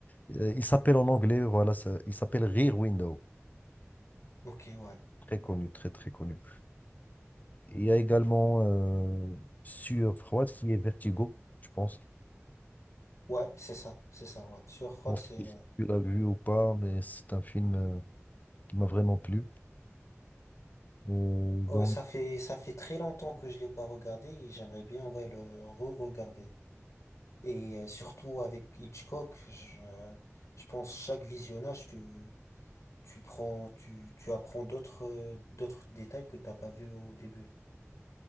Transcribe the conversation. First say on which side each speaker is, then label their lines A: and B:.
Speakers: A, on the left (about 35°); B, on the left (about 80°).
A: Euh, il s'appelle en anglais, voilà, ça- il s'appelle Rear Window.
B: Ok, ouais.
A: Très connu, très très connu. Il y a également euh, sur Froid qui est Vertigo, je pense. Je
B: Ouais, c'est ça. C'est ça, ouais. Sur Fraud,
A: pense
B: c'est...
A: que tu
B: euh,
A: l'as vu ou pas, mais c'est un film euh, qui m'a vraiment plu. Euh, donc,
B: oh, ça fait, ça fait très longtemps que je l'ai pas regardé et j'aimerais bien ouais, le re-regarder. Et euh, surtout avec Hitchcock, je, je pense chaque visionnage, tu... Tu prends, tu, tu apprends d'autres, euh, d'autres détails que t'as pas vu au début.